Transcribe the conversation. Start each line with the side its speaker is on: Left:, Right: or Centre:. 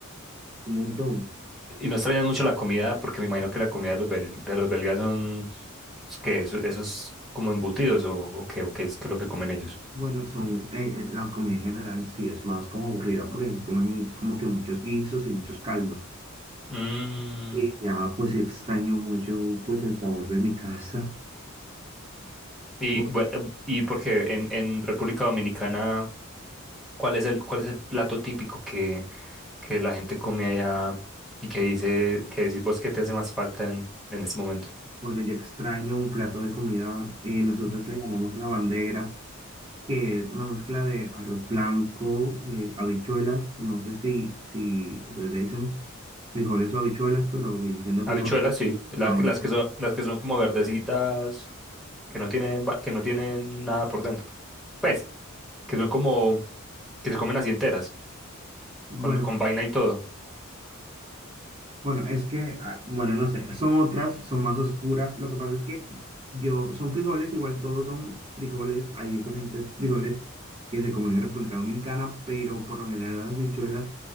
Right: es un montón.
Centre: Y no extrañas mucho la comida, porque me imagino que la comida de los, bel- de los belgas son, que eso, eso es como embutidos o, o qué, o qué es, qué es lo que comen ellos.
Right: Bueno, son, eh, eh, la comida en general sí es más como aburrida porque aquí comen como que muchos guisos y muchos caldos.
Centre: Mm,
Right: Y ya pues extraño mucho pues el sabor de mi casa
Centre: Y
Right: Bu-
Centre: bueno, em, y porque en, en República Dominicana, ¿cuál es el, cuál es el plato típico que, que la gente come allá y que dice, que decís vos que te hace más falta en, en este momento?
Right: Bueno, yo extraño un plato de comida, eh, nosotros le llamamos la bandera, que es una mezcla de arroz blanco, eh, habichuelas, no sé si, si ustedes le dicen frijoles o habichuelas, pero bien siendo frijoles.
Centre: Habichuelas, sí. La
Right: Ah, bueno,
Centre: las
Right: pues,
Centre: que son, las que son como verdecitas, que no tienen, va- que no tienen nada por dentro. Pues, que son como, que se comen así enteras,
Right: bueno,
Centre: con, con vaina y todo.
Right: bueno, es que, ah, bueno, no sé, son otras, son más oscuras, lo que pasa es que yo, son frijoles, igual todos son frijoles, hay diferentes frijoles que se comen en República Dominicana, pero por lo general las habichuelas